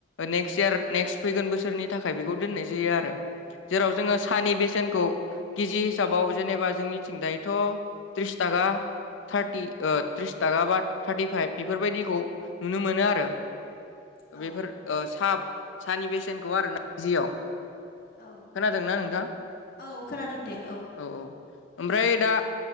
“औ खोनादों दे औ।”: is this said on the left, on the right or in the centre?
Left